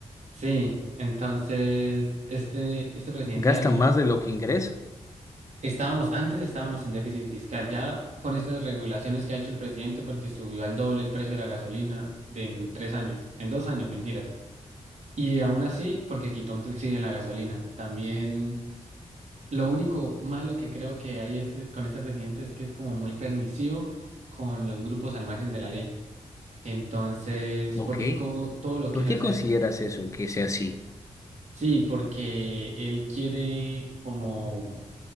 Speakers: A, on the right (about 65°); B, on the left (about 25°).
A: sí, entonces este, este presidente
B: Gasta
A: ha hecho,
B: más de lo que ingresa.
A: estábamos, antes estábamos en déficit fiscal, ya con estas regulaciones que ha hecho el presidente, porque subió al doble el precio de la gasolina de en tres años, en dos años, mentiras. Y aún así, porque quitó un subsidio en la gasolina. También Lo único malo que creo que hay este- con este presidente es que es como muy permisivo con los grupos al margen de la ley. Entonces,
B: Ok,
A: porque co- todo lo
B: ¿Por
A: quiere
B: qué
A: hacer,
B: consideras eso que sea así?
A: sí, porque él quiere como,